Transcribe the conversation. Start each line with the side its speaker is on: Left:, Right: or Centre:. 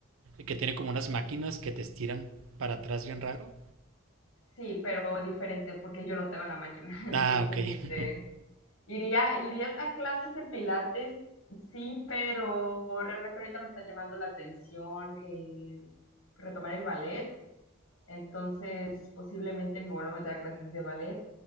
Right: que tiene como unas máquinas que te estiran para atrás bien raro.
Left: sí, pero diferente, porque yo no tengo la máquina, <laughs> entonces,
Right: Ah, ok.
Left: este,
Right: <laughs>
Left: Iría, iría a clases de pilates, sí, pero realmente ahorita me está llamando la atención eh, retomar el ballet, entonces posiblemente me vuelvo a meter a clases de ballet